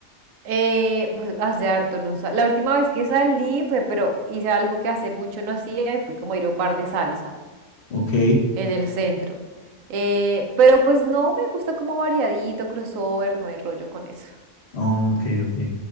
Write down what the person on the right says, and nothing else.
Eh, pues hace harto no sa- La última vez que salí fue, pero hice algo que hace mucho no hacía y fui como a ir a un bar de salsa.
en el centro. Eh, pero pues no, me gusta como variadito, crossover, no hay rollo con eso.